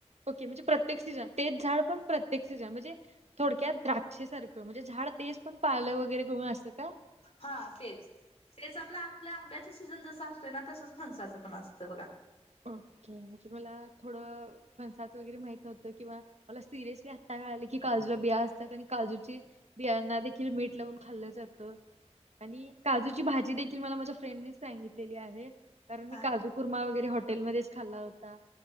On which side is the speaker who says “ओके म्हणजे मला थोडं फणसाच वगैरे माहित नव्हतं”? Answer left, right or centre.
Right